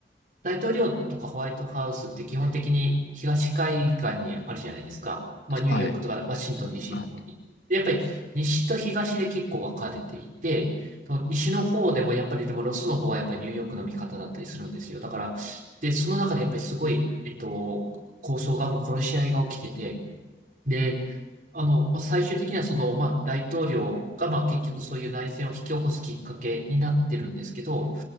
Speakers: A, on the right; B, on the left.
A: 大統領とかホワイトハウスって基本的に東海岸にあるじゃないですか。まあ、ニューヨークとかワシントン
B: はい。
A: DC
B: はい。
A: の方に。でやっぱり西と東で結構分かれていて、その西の方でもやっぱりでもロスの方はやっぱりニューヨークの味方だったりするんですよ。だから、で、その中でやっぱりすごい、えっと、抗争が、もう殺し合いが起きてて、で、あの、まあ最終的にはその、まあ、大統領が、まあ、結局そういう内戦を引き起こすきっかけになってるんですけど、